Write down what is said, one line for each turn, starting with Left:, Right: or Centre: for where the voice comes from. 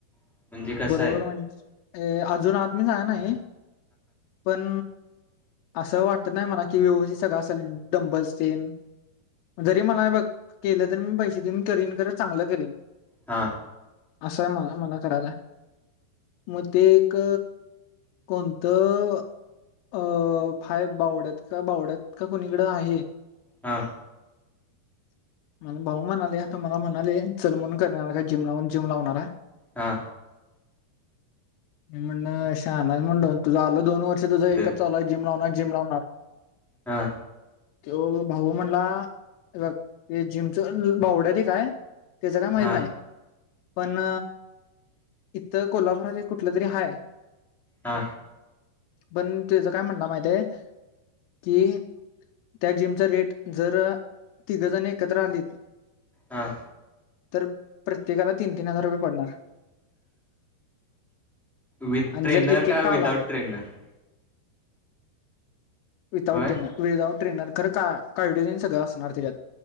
Centre: म्हणजे कसं
Left: बरोबर
Centre: आहे
Left: म्हणज अ अजून आत मी जायाय नाही पण असं वाटत नाही मला कि व्यवस्थित सगळ डंबल्स तेन जरी मला बघ केलं तरी मी पैसे देऊन मी करीन खरं चांगलं मी करीन
Centre: हा
Left: असंय मला मला करायच आहे मग ते एक कोणतं अ हाय बावड्यात का बावड्यात का कोुणीकडं आहे
Centre: हा
Left: मला भाऊ म्हणालेय आ त मला म्हणाले चल म्हणून करणार का जिम लावून जिम लावणार हाय
Centre: हा
Left: म्हण ल शहाना हायस म्हणल तुझ आला दोन वर्ष तुझं एकच
Centre: ते
Left: चालला जिम ला होणार जिम लाव होणार
Centre: हा
Left: तो भाऊ म्हणला ते जिमच बावड्यात एक काय त्याच काय माहित
Centre: हा
Left: नाही पण इथं कोल्हापूरात कुठलं तरी हाय
Centre: हा
Left: पण तुच काय म्हणणा माहितय कि त्या जिमचा रेट जर तिघजण एकत्र आलीत
Centre: हा
Left: तर प्रत्येकाला तीन तीन हजार रुपये पडणार
Centre: विथ
Left: आणि
Centre: ट्रेनर
Left: जर एक
Centre: का
Left: एकटा
Centre: विदाउट
Left: आला
Centre: ट्रेनर
Left: विधाऊट
Centre: होय
Left: टेनर विदाउट ट्रेनर खरं का कार्ड तेन सगळं असणार त्याच्यात